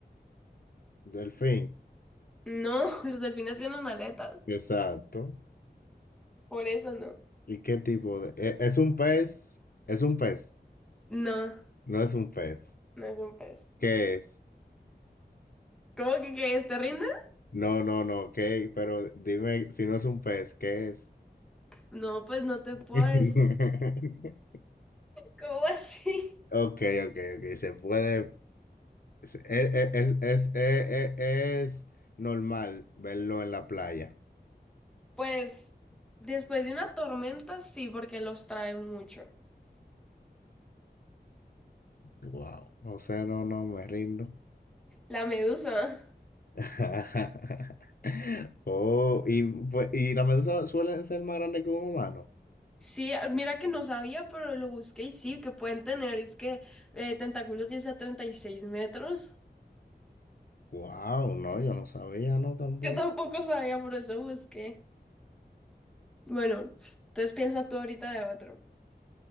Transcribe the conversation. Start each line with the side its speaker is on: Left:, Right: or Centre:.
Left: delfín,
Centre: No, <laughs> los delfines tienen aletas,
Left: exacto.
Centre: por eso no.
Left: ¿Y qué tipo de...? e- ¿Es un pez? ¿Es un pez?
Centre: No,
Left: No es un pez.
Centre: no es un pez.
Left: ¿Qué es?
Centre: ¿Cómo que, que es? te rindes?
Left: No, no, no, ¿qué? Pero dime, si no es un pez, ¿qué es?
Centre: No, pues no te puedo
Left: <laughs>
Centre: decir. ¿Cómo así? <laughs>
Left: Ok, ok, ok, se puede... se- e- e- Es, es, e- e- es normal verlo en la playa.
Centre: Pues después de una tormenta, sí, porque los traen mucho.
Left: Wow. O sea, no, no, me rindo.
Centre: La medusa.
Left: <laughs> Oh, y, pues, y las medusas suelen ser más grandes que un humano.
Centre: Sí, ah, mira que no sabía, pero lo busqué y sí, que pueden tener, es que eh, tentáculos 10 a 36 metros.
Left: Wow, no, yo no sabía, no
Centre: <laughs>
Left: tampoco.
Centre: Yo tampoco sabía, por eso busqué. Bueno, entonces piensa tú ahorita de otro.